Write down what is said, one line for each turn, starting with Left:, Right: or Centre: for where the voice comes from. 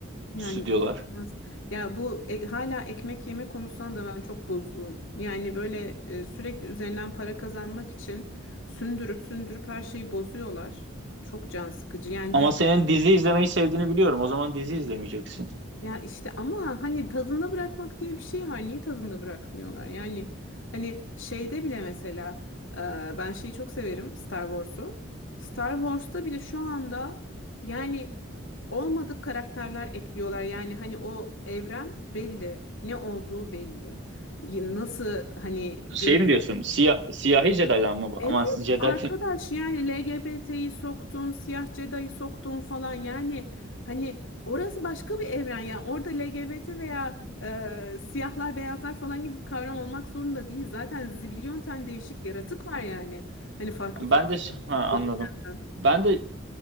Left: Yani
Right: stüdyolar.
Left: inanılmaz. Ya bu e, hala ekmek yeme konusunda da ben çok bozuğum. Yani böyle e, sürekli üzerinden para kazanmak için sündürüp sündürüp her şeyi bozuyorlar. Çok can sıkıcı. Yani
Right: Ama senin dizi izlemeyi sevdiğini biliyorum. O zaman dizi izlemeyeceksin.
Left: Ya işte ama hani tadında bırakmak diye bir şey var. Niye tadında bırakmıyorlar? Yani hani şeyde bile mesela e, ben şeyi çok severim Star Wars'u. Star Wars'ta bile şu anda yani olmadık karakterler ekliyorlar. Yani hani o evren belli. Ne olduğu belli. Y- Nasıl hani
Right: Şey
Left: geniş
Right: mi diyorsun? Siyah, siyahi Jedi'dan mı? bu?
Left: Evet
Right: Aman siz Jedi
Left: arkadaş
Right: kim?
Left: yani LGBT'yi soktun, siyah Jedi'yi soktun falan yani hani orası başka bir evren yani orada LGBT veya e, siyahlar beyazlar falan gibi bir kavram olmak zorunda değil. Zaten zibilyon tane değişik yaratık var yani. Hani farklı
Right: Ben
Left: farklı
Right: de ha anladım.
Left: gezegenlerden.
Right: Ben de